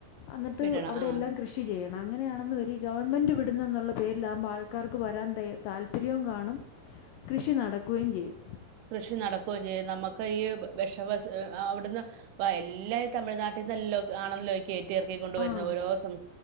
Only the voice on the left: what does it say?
അന്നിട്ട്
അവിടെയെല്ലാം
കൃഷി ചെയ്യണം അങ്ങനെയാണെന്ന് വരി ഗവൺമെൻറ് വിടുന്നു എന്നുള്ള പേരിലാവകുമ്പോ ആൾക്കാർക്ക് വരാൻ ത താൽ ല്പര്യവും കാണും കൃഷി നടക്കുകയും ചെയ്യും
ആ